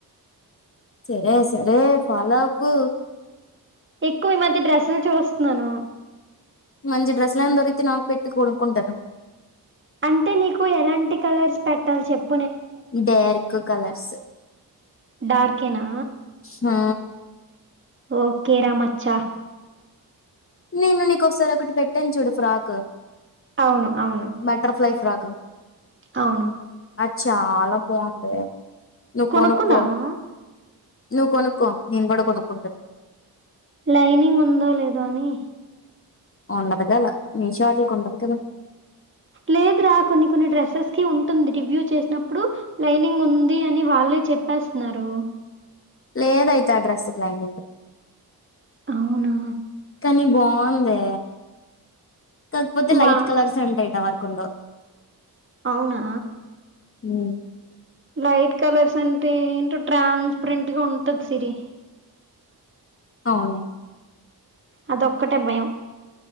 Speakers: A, on the left; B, on the right.
A: సరే సరే ఫాలో అవ్వు
B: ఎక్కువ ఈ మధ్య డ్రెస్సులు చూస్తున్నాను
A: మంచి డ్రెస్ ల దొరికితే నాకు పెట్టి కూడుక్కుంటాను
B: అంటే నీకు ఎలాంటి కలర్స్ పెట్టల్ చెప్
A: డేర్క్ కలర్స్
B: డార్కేనా
A: హ
B: ఓకే రా మచ్చ
A: నేను నీకు ఒకసారి ఒకటి పెట్టాను చూడు ఫ్రాక్
B: అవును అవును
A: బటర్ఫ్లై <inaudible>
B: అవును
A: అచ్చా అలా బావుంటాయి నువ్
B: కొనుక్కున్నావా
A: కొనుక్కో నువ్వు కొనుక్కో నేను కూడా కొనుక్కుంటాను
B: లైనింగ్ ఉందో లేదో అని
A: ఉండదుగాదా మీషో ఆటకొండదు కదా
B: లేదరా కొన్ని కొన్ని డ్రెస్సెస్ కి ఉంటుంది రివ్యూ చేసినప్పుడు లైనింగ్ ఉంది అని వాళ్లేే చెప్పేస్తున్నారు
A: లేదయితే ఆ డ్రెస్సుకి లైనింగ్
B: అవునా
A: కని బాగుందే కాకపోతే
B: బా
A: లైట్ కలర్స్ అంటాయి ట వ కుంద
B: అవునా
A: ఉమ్
B: లైట్ కలర్స్ అంటే ఏంటో ట్రాన్స్పరెంట్ గా ఉంటది సిరి
A: అవును
B: అదొక్కటే భయం